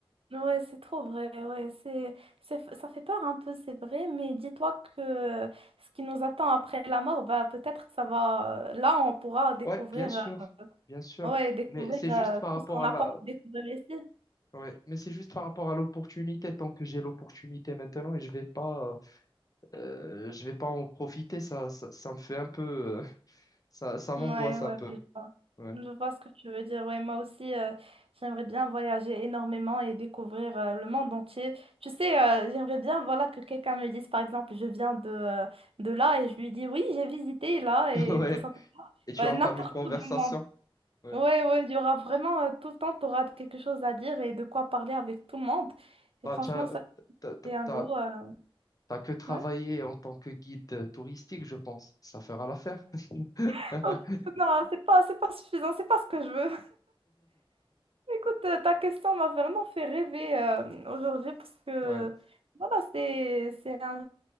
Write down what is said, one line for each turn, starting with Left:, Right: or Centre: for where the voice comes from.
Right: Ouais, c'est trop vrai, ouais, c'est, c'est- ça fait peur un peu, c'est vrai, mais dis-toi que ce qui nous attend après la mort, bah, peut-être que ça va, là, on pourra découvrir.
Left: Ouais, bien sûr, bien sûr.
Right: Ouais, découvrir
Left: Mais c'est juste
Right: euh,
Left: par rapport
Right: tout ce qu'on n'a
Left: à la,
Right: pas pu découvrir ici.
Left: ouais, mais c'est juste par rapport à l'opportunité. Tant que j'ai l'opportunité maintenant et je vais pas, euh, je vais pas en profiter, ça, ça, ça me fait un peu, euh, ça, ça
Right: Ouais,
Left: m'angoisse
Right: ouais,
Left: un peu.
Right: je vois.
Left: Ouais.
Right: Je vois ce que tu veux dire. Ouais, moi aussi, euh, j'aimerais bien voyager énormément et découvrir euh, le monde entier. Tu sais, euh, j'aimerais bien, voilà, que quelqu'un me dise, par exemple, je viens de, euh, de là et je lui dis, oui, j'ai visité là et
Left: <laughs> Ouais.
Right: tout ça.
Left: Et tu
Right: Ouais,
Left: entames
Right: n'importe
Left: une conversation.
Right: où dans le monde.
Left: Ouais.
Right: Ouais, ouais, il y aura vraiment, euh, tout le temps, tu auras quelque chose à dire et de quoi parler avec tout le monde.
Left: Bah,
Right: Et franchement,
Left: t'as,
Right: ça,
Left: t'as, t'as-
Right: c'est un
Left: t'as-
Right: gros... euh,
Left: t'as que travaillé
Right: ouais.
Left: en tant que guide euh, touristique, je pense. Ça fera l'affaire. <laughs>
Right: <laughs> non, c'est pas, c'est pas suffisant, c'est pas ce que je veux. Écoute, euh, ta question m'a vraiment fait rêver euh, aujourd'hui parce que
Left: Ouais.
Right: voilà, c'est c'est un,